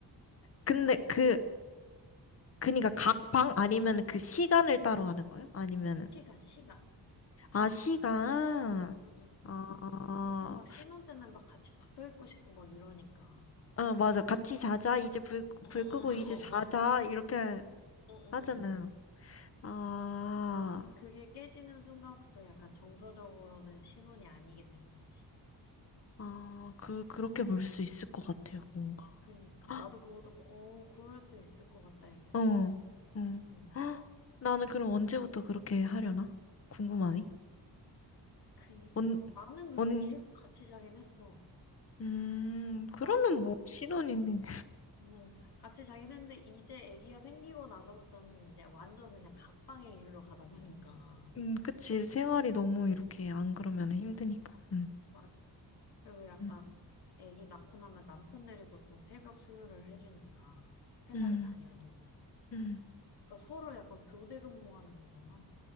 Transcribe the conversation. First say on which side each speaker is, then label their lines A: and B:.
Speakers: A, on the left; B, on the left.
A: 근데 그, 그니까 각 방 아니면 그 시간을 따로 하는 거예요? 아니면은,
B: 시간, 시간.
A: 아, 시간.
B: 응, 응, 응.
A: 아,
B: 보통 막 신혼 때는 막 같이 붙어 있고 싶고 막 이러니까.
A: 어, 맞아. 같이 자자. 이제 불,
B: 어, 어,
A: 불 끄고 이제 자자. 이렇게
B: 어, 어, 어,
A: 하잖아요.
B: 어.
A: 아,
B: 그게 깨지는 순간부터 약간 정서적으로는 신혼이 아니게 되는 거지.
A: 아, 그, 그렇게 볼 수 있을 것 같아요, 뭔가.
B: 그니까.
A: 헉,
B: 나도 그거 듣고, 어, 그럴 수 있을 것 같다, 이렇게 생각했어.
A: 어, 응.
B: 응.
A: 헉, 나는 그럼 언제부터 그렇게 하려나? 궁금하니?
B: 그니까.
A: 언,
B: 나는 근데
A: 언,
B: 계속 같이 자긴 했어.
A: 음, 그러면
B: 아,
A: 뭐, 신혼이네.
B: 어, 같이 자긴 했는데, 이제 아기가 생기고 나서부터는 이제 완전 그냥 각방의 길로 가다 보니까.
A: 음, 그치. 생활이 너무 이렇게 안
B: 어,
A: 그러면 힘드니까. 음,
B: 맞아. 그리고 약간
A: 음.
B: 아기 낳고 나면 남편들이 보통 새벽 수유를 해주니까 회사를
A: 음,
B: 다녀도
A: 음,
B: 그러니까 서로 약간 교대 근무하는 거잖아.